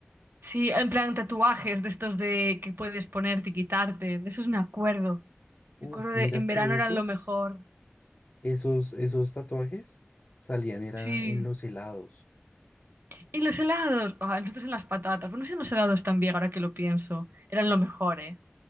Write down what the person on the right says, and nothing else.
Sí, en plan tatuajes de estos de que puedes ponerte y quitarte. De esos me acuerdo. Me
acuerdo de
en
verano
eran lo mejor.
Sí.
Y los helados. Ah, nosotros en las patatas. Bueno, si en los helados también, ahora que lo pienso. Eran lo mejor, ¿eh?